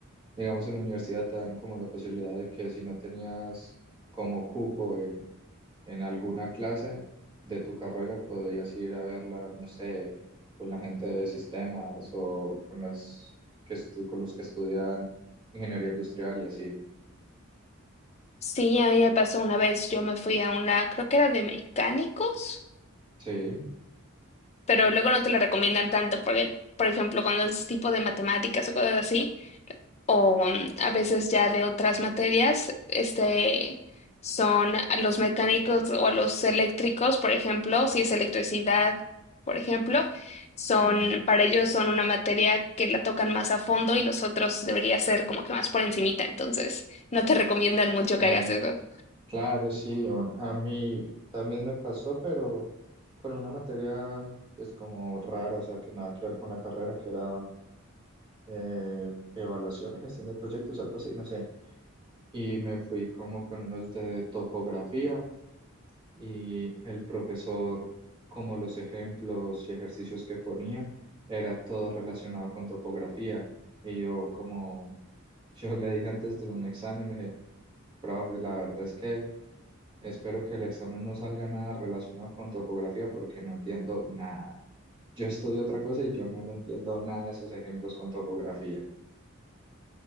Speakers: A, on the right; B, on the left.
A: digamos, en la universidad te dan como la posibilidad de que si no tenías como cupo en, en alguna clase de tu carrera, podías ir a verla, no sé, con la gente de sistemas o con las que estu- con los que estudian ingeniería industrial y así.
B: Sí, a mí me pasó una vez, yo me fui a una, creo que era de mecánicos.
A: Sí,
B: pero luego no te lo recomiendan tanto porque, por ejemplo, cuando es tipo de matemáticas o cosas así, o um, a veces ya de otras materias, este, son a los mecánicos o a los eléctricos, por ejemplo, si es electricidad, por ejemplo, son,
A: sí.
B: para ellos son una materia que la tocan más a fondo y nosotros debería ser como que más por encimita, entonces no te recomiendan mucho
A: La,
B: que hagas eso.
A: claro, sí. o- A mí también me pasó, pero con una materia pues como rara, o sea, que nada que ver con la carrera, que era eh, evaluación y gestión de proyectos, algo así, no sé. Y me fui como con unos de topografía y el profesor, como los ejemplos y ejercicios que ponía, era todo relacionado con topografía. Y yo como, <laughs> yo le dije antes de un examen, le dije, profe, la verdad es que... Espero que el examen no salga nada relacionado con topografía porque no entiendo nada. Yo estudio otra cosa y yo no le entiendo nada de esos ejemplos con topografía.